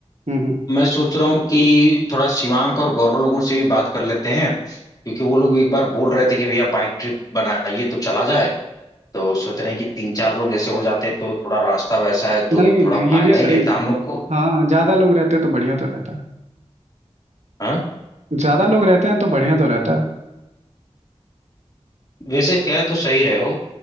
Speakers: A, on the right; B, on the left.
A: हम्म हम्म।
B: मैं सोच रहा हूँ कि थोड़ा शिवांक और गौरव लोगों से भी बात कर लेते हैं क्योंकि वो लोग एक बार बोल रहे थे कि भैया बाइक ट्रिप बनाइए तो चला जाए तो सोच रहे हैं कि तीन चार लोग जैसे हो जाते तो थोड़ा रास्ता वैसा है तो
A: नहीं नहीं
B: थोड़ा फायदा
A: ये भी सही
B: ही रहता
A: है
B: हम लोग को
A: हाँ ज्यादा लोग रहते तो बढ़िया तो रहता
B: हाँ?
A: ज्यादा लोग रहते हैं तो बढ़िया तो रहता
B: वैसे कह तो सही रहे हो